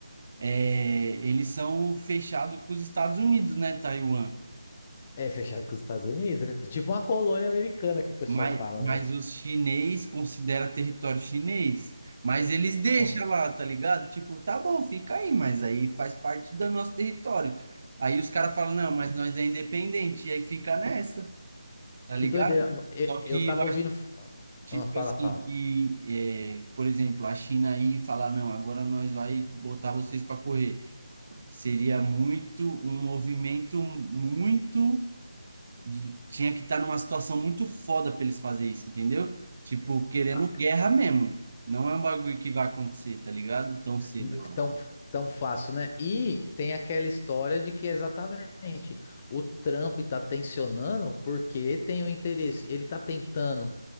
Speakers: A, on the right; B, on the left.
A: é, eles são fechados com os Estados Unidos, né, Taiwan?
B: É fechado com os Estados Unidos, é tipo uma colônia americana que o pessoal
A: Mas,
B: fala,
A: mas
B: né?
A: os chinês considera território chinês. Mas eles deixam
B: Cons-
A: lá, tá ligado? Tipo, tá bom, fica aí, mas aí faz parte do nosso território. Aí os caras falam, não, mas nós é independente. E aí fica nessa, tá
B: Que
A: ligado?
B: doideira. Eu,
A: Só que
B: eu tava
A: eu acho,
B: ouvindo.
A: tipo
B: Ah, fala,
A: assim,
B: fala.
A: que, é, por exemplo, a China aí falar, não, agora nós vai botar vocês para correr. Seria muito, um movimento muito de- tinha que estar numa situação muito foda para eles fazer isso, entendeu? Tipo, querendo
B: Ah,
A: guerra mesmo. Não é um bagulho que vai acontecer, tá ligado? Tão cedo,
B: n-
A: eu acho.
B: tão, tão fácil, né? E tem aquela história de que exatamente o Trump tá tensionando porque tem o interesse. Ele tá tentando